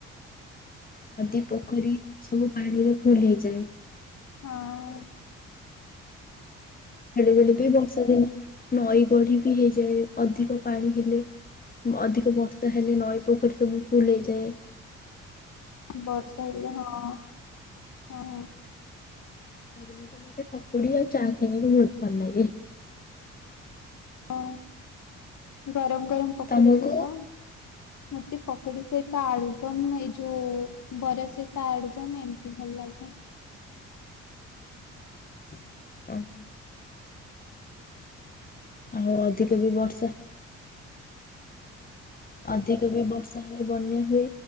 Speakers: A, on the left; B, on the left.
A: ନଦୀ ପୋଖରୀ ସବୁ ପାଣି ରେ ଫୁଲ ହେଇଯାଏ।
B: ହଁ।
A: ବେଳେ ବେଳେ ବି ବର୍ଷା ଦିନେ ନଈ ବଢି ବି ହେଇଯାଏ ଅଧିକ ପାଣି ହେଲେ ଅଧିକ ବର୍ଷା ହେଲେ ନଈ ପୋଖରୀ ସବୁ ଫୁଲ ହେଇ ଯାଏ।
B: ବର୍ଷା ହେଲେ ହଁ, ହଁ, ହଁ।
A: ବର୍ଷା ଦିନେ ତ ମୋତେ ପକୁଡି ଆଉ ଚା ଖାଇବାକୁ ବହୁତ ଭଲ ଲାଗେ।
B: ହ ଗରମ ଗରମ ପକୁଡି
A: ତମକୁ?
B: ଥିବ। ମତେ ପକୁଡି ସହିତ ଆଳୁଦମ ଏ ଯୋଉ ବରା ସହିତ ଆଳୁଦମ ଏମତି ଭଲ ଲାଗେ।
A: <unintelligible> ଆଉ ଅଧିକ ବି ବର୍ଷା ଅଧିକ ବି ବର୍ଷା ହେଲେ ବନ୍ୟା ହୁଏ।